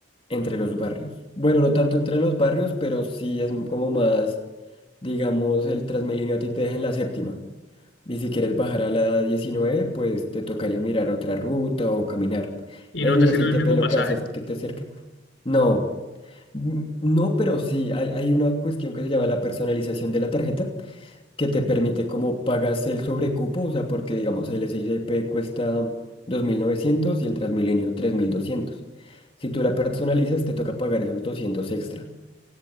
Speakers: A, on the left; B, on the left.
A: entre los barrios. Bueno, no tanto entre los barrios, pero sí es como más, digamos, el Transmilenio a ti te deja en la séptima. Y si quieres bajar a la 19, pues te tocaría mirar otra ruta o caminar.
B: ¿Y
A: El
B: no te sirve
A: SITP
B: el mismo
A: lo
B: pasaje?
A: que hace es que te cerca. No, mm, no, pero sí, hay, hay una cuestión que se llama la personalización de la tarjeta que te permite como pagas el sobrecupo, o sea, porque digamos el SICP cuesta 2.900 y el Transmilenio tres mil doscientos Si tú la personalizas, te toca pagar esos 200 extra.